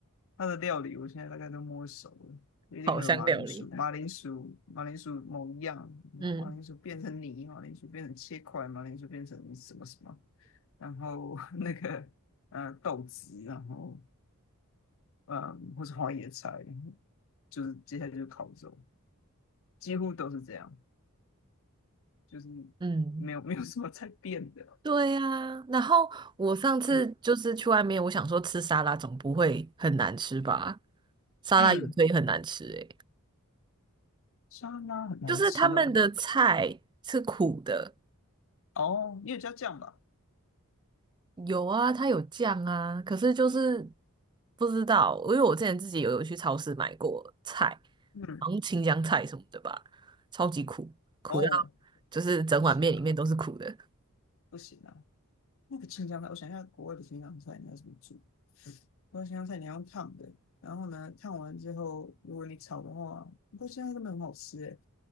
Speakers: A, on the left; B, on the right.
A: 他的料理，我现在大概都摸熟了，一定会有马铃薯，
B: 烤箱料理，
A: 马铃薯，马铃薯某一样，然后马铃薯变成泥，
B: 嗯
A: 马铃薯变成切块，马铃薯变成什么什么，然后 <laughs> 那个呃豆子，然后嗯或是花椰菜，就是接下来就是烤肉，几乎都是这样，就是
B: 嗯。
A: 没有没有什么在变的，
B: 对呀、然后我上次就是去外面，
A: 嗯
B: 我想说吃沙拉总不会很难吃吧？沙拉也可以很难吃诶、
A: 嗯，沙拉很难吃哦，
B: 就是他们的菜是苦的，
A: 哦，你有加酱吧？
B: 有啊，它有酱啊，可是就是不知道，因为我之前自己有有去超市买过菜，
A: 嗯。
B: 好像青江菜什么的吧，超级苦，苦到
A: 哦，
B: 就是整碗面里面都是苦的。
A: 不行啊不行啊！那个青江菜，我想一下，国外的青江菜你要怎么煮？国外青江菜你要用烫的，然后呢，烫完之后，如果你炒的话，不过现在根本很好吃诶，